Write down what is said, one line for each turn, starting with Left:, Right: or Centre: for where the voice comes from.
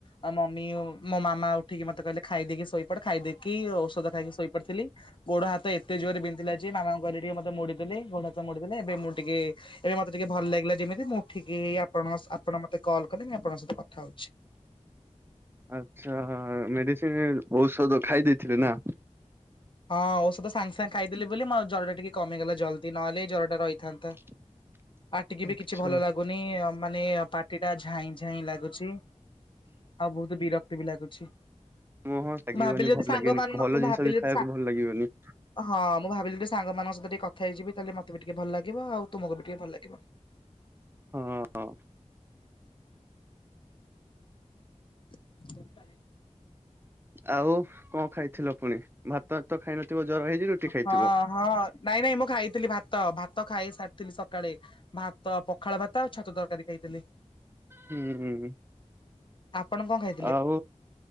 Left: ଆଉ ମମି ମୋ ମାମା ଉଠିକି ମତେ କହିଲେ ଖାଇଦେଇକି ଶୋଇପଡ ଖାଇଦେଇକି ଔଷଧ ଖାଇକି ଶୋଇପଡିଥିଲି। ଗୋଡ ହାତ ଏତେ ଜୋରେ ବିନ୍ଧୂଥିଲା ଯେ ମା କହିଲ ଟିକେ ମତେ ମୋଡିଦେଲେ ଗୋଡ ହାତ ମୋଡିଦେଲେ ଏବେ ମୁଁ ଟିକେ ଏବେ ମତେ ଟିକେ ଭଲ ଲାଗିଲା ଯେମିତି ମୁଁ ଉଠିକି ଆପଣଙ୍କ ଆପଣ ମତେ କଲକଲେ ମୋତେ ଆପଣଙ୍କ ସହିତ କଥା ହଉଛି।
Right: ଆଚ୍ଛା ମେଡିସିନ ଔଷଧ ଖାଇ ଦେଇଥିଲେ ନା?
Left: ହଁ ଔଷଧ ସାଙ୍ଗେ ସାଙ୍ଗେ ଖାଇଦେଲି ବୋଲି ମୋ ଜର ଟା ଟିକେ କମିଗଲା ଜଲ୍ଦି ନହଲେ ଏଇ ଜରଟା ରହିଥାନ୍ତା।
Right: <inaudible>
Left: ପାଟିକି
Right: ଆଚ୍ଛା
Left: ବି କିଛି ଭଲ ଲାଗୁନି ମାନେ ପାଟିଟା ଝାଇଁ ଝାଇଁ ଲାଗୁଛି। ଆଉ ବହୁତ ବିରକ୍ତି ବି ଲାଗୁଛି।
Right: ମୁଁହଁ ଲାଗିବନି
Left: ମୁଁ ଭାବିଲି ଯଦି
Right: ଭଲ
Left: ସାଙ୍ଗ
Right: ଲାଗେନି
Left: ମାନଙ୍କ
Right: ଭଲ
Left: ମୁଁ
Right: ଜିନିଷ
Left: ଭାବିଲି
Right: ବି
Left: ଯଦି
Right: ଖାଇବାକୁ
Left: ସା
Right: ଭଲ ଲାଗିବନି।
Left: ହଁ ମୁଁ ଭାବିଲି ଯଦି ସାଙ୍ଗମାନଙ୍କ ସହିତ ଟିକେ କଥା ହେଇଯିବି ତାହେଲେ ମତେ ବି ଟିକେ ଭଲଲାଗିବ ଆଉ ତୁମକୁ ବି ଟିକେ ଭଲଲାଗିବ।
Right: ଉଁ ହୁଁ।
Left: <inaudible>
Right: ଆଉ କଣ ଖାଇଥିଲ ପୁଣି ଭାତ ତ ଖାଇନଥିବ ଜର ହେଇଛିି ରୁଟି ଖାଇଥିବ।
Left: ହଁ ହଁ ନାଇଁ ନାଇଁ ମୁଁ ଖାଇଥିଲି ଭାତ ଭାତ ଖାଇ ସାରିଥିଲି ସକାଳେ। ଭାତ ପଖାଳଭାତ ଆଉ ଛତୁ ତରକାରୀ ଖାଇଥିଲି।
Right: ହୁଁ ହୁଁ ହୁଁ।
Left: ଆପଣ କଣ ଖାଇ
Right: ଆଉ।